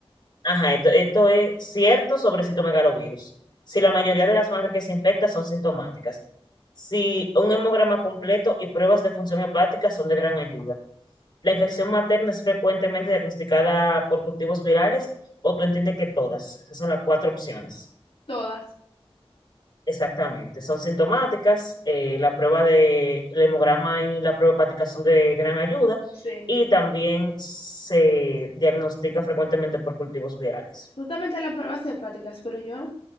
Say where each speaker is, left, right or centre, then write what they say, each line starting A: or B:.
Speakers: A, on the left (about 45°); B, on the left (about 65°).
A: ajá, esto, esto es cierto sobre citomegalovirus. Si la mayoría de las madres que se infectan son sintomáticas. Si un hemograma completo y pruebas de función hepática son de gran ayuda. ¿La infección materna es frecuentemente diagnosticada por cultivos virales o tú entiendes que todas? Esas son las cuatro opciones.
B: Todas,
A: Exactamente, son sintomáticas. eh, la prueba de el hemograma y la prueba hepática son de gran ayuda
B: sí.
A: y también se diagnostica frecuentemente por cultivos virales.
B: Justamente las pruebas hepáticas, pero yo